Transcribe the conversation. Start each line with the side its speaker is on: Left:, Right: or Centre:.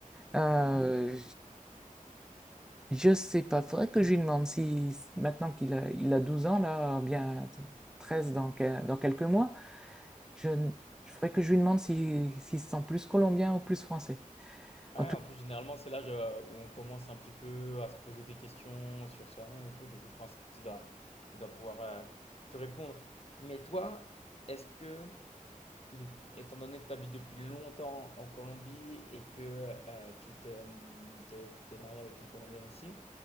Centre: Euh,
Left: Ouais,
Centre: je sais pas, faudrait que je lui demande si maintenant qu'il a, il a 12 ans, là, bien 13 dans, quel- dans quelques mois, je, je faudrait que je lui demande si, s'il se sent plus colombien ou plus français.
Left: Ouais,
Centre: En tout-
Left: en plus, généralement, c'est l'âge, heu, où on commence un petit peu à se poser des questions sur soi-même et tout. Du coup, je pense qu'il doit il doit pouvoir, heu, te répondre. Mais toi, est-ce que Du- Étant donné que tu habites depuis longtemps en Colombie et que euh, tu te, hum, t'es, t'es marié avec une Colombienne aussi,